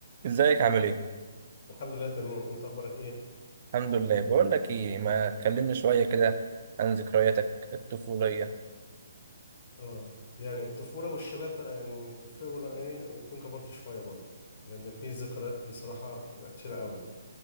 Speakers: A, on the right; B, on the left.
A: ازيك عامل ايه؟
B: الحمد لله تمام انت اخبارك ايه
A: الحمد لله بقول لك ايه ما تكلمني شوية كده عن ذكرياتك الطفولية
B: اه يعني الطفوله والشباب بقى يعني الطفوله ايه ويكون كبرت شويه برضه لان في ذكريات بصراحه بتبقى كتيره قوي